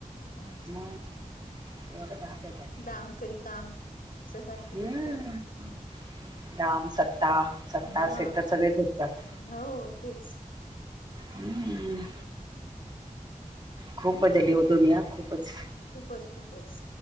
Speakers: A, on the left; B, on the right.
A: अच्छा
B: मग एवढं दाखवतात
A: दाम करी काम अशा सारखी
B: हम्म
A: गोष्ट आहे
B: दाम सत्ता- सत्ता
A: हा
B: असे तर सगळे झुकतात
A: हो तेच
B: हम्म
A: ह <inaudible>
B: खूप बदलली हो दुनिया खूपच
A: खूपच -खूपच